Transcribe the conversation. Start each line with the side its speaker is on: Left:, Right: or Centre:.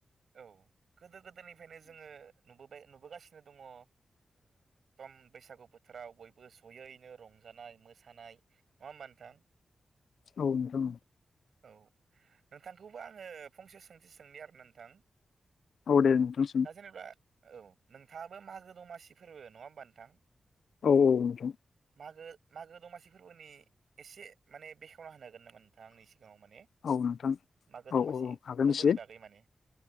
Right: औ गोदो गोद सिगांनिफ्रायनो जोंङो नुबोब बाय नुबोगासिनो दंङ ओ दम बैसागु बोथोराव बयबो जयैनो रंजानाय मोसानाय नंङा होनबा नोंथां
Left: औ नोंथां
Right: औ नोंथांखौबो आंङो फंसे सोंथि सोंनि आरो नोंथां
Left: औ दे नोंथां सों
Right: दा जेनेबा औ नोंथांङाबो मागो दमासि फोरबो नंङा होनबा नोंथां
Left: औ-औ नोंगौ
Right: मागो-मागो दमासि फोरबोनि एसे माने बेखेव फा <unintelligible> हांगोन नों मोनथांया आंनि सिगांङाव माने
Left: औ नोंथां
Right: मागो
Left: औ
Right: दमासि
Left: औ औ हागोन
Right: फोरबोनि
Left: एसे
Right: बागै माने